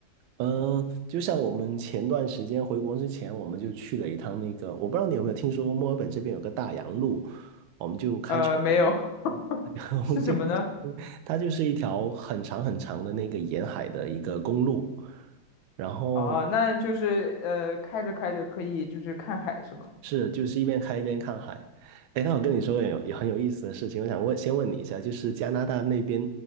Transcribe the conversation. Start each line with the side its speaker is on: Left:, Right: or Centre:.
Right: 嗯，就像我们前段时间回国之前，我们就去了一趟那个，我不知道你有没有听说过墨尔本这边有个大洋路，我们就开车去，
Left: 呃，没有，
Right: <laughs>
Left: <laughs>
Right: 我们就开车去它就是一条很长很长的那个沿海的一个公路，
Left: 是什么呢？
Right: 然后
Left: 哦，那就是呃，开着开着可以就是看海是吗？
Right: 是就是一边开一边看海。哎，那我跟你说个有也很有意思的事情，我想问先问你一下，就是加拿大那边